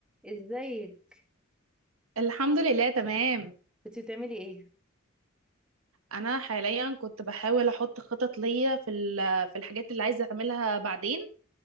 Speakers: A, in the centre; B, on the right.
A: ازيك
B: الحمد لله تمام
A: كنت بتعملي ايه
B: انا حاليا كنت بحاول احط خطط ليا في ال- في الحاجات اللي عايزه اعملها بعدين